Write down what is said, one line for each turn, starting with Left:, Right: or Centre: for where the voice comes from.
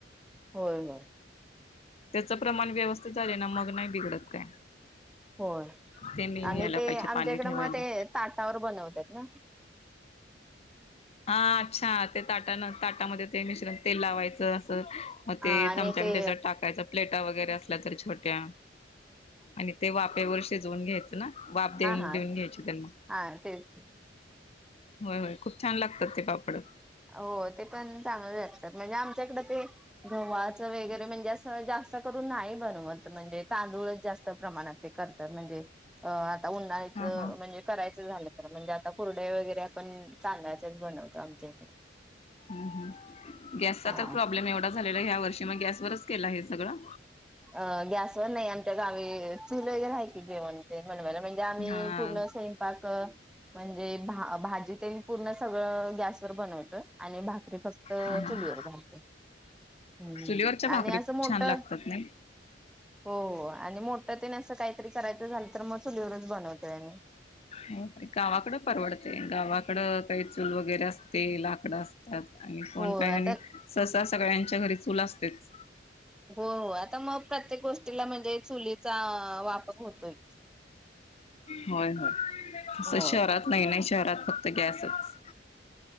Centre: होय होय
Left: त्याचं प्रमाण व्यवस्थित झाले ना मग नाही बिघडत ते, काय?
Centre: होय
Left: ते मेन
Centre: आणि
Left: यायला
Centre: ते
Left: पाहिजे
Centre: आमच्या
Left: पाणी
Centre: इकडे
Left: ठेवायला
Centre: मग ते ताटावर बनवतात ना
Left: हा, अच्छा ते ताट ताटामध्ये ते मिश्रण तेल लावायचं मग ते
Centre: हा आणि
Left: चमच्याने
Centre: ते
Left: त्याच्यात टाकायचा, प्लेटा वगैरे असल्या तर छोट्या आणि ते वापेवर शिजवून घ्याय वाफ देऊन,
Centre: हा
Left: देऊन घ्यायची त्यांना
Centre: हा तेच
Left: होय, होय, खूप छान लागतात ते पापड
Centre: हो, ते पण चांगल असतात म्हणजे आम ते गव्हाच वगरे म्हणजे अस जास्त नाही बनवत म्हणजे तांदूळच जास्त प्रमाणात करतात म्हणजे उन्हाळीत,
Left: हा हा
Centre: म्हणजे करायचं झालं तर म्हणजे आता कुरडई वगैरे पण तांदळाचेच बनवतो आमच्याकडे
Left: हम्म, हम्म, गॅसचा
Centre: हा
Left: तर प्रॉब्लेम एवढा झालेला ह्या वर्षी मग गॅस वरच केला हे सगळं?
Centre: अ गॅसवर नाही, आमच्या गावी चूल वगैर आहे की जेवण ते बनवायला, म्हणजे आम्ही
Left: हा
Centre: पूर्ण स्वयंपाक म्हणजे भाजी ते पूर्ण सगळं गॅस वर बनवत आणि भाकरी फक्त
Left: हा
Centre: चुलीवर घालते हम्म
Left: चुलीवरच्या भाकरी
Centre: आणि असं
Left: खूप
Centre: मोठ
Left: छान लागतात नाही
Centre: हो आणि मोठ तेने असं काहीतरी करायचं झालं तर मग चुलीवरच बनवतोय आम्ही.
Left: हो गावाकडे परवडते, गावाक कड, काही चूल वगैरे असते, लाकड असतात आणि कोण
Centre: हो
Left: काही आणि
Centre: आता
Left: सहसा सगळ्यां च्या घरी चूल असतेच.
Centre: हो, हो, आता मग प्रत्येक गोष्टीला म्हणजे चुलीचा वापर होतोय.
Left: होय होय तस
Centre: होय
Left: शहरात नाही ना शहरात फक्त गॅसच.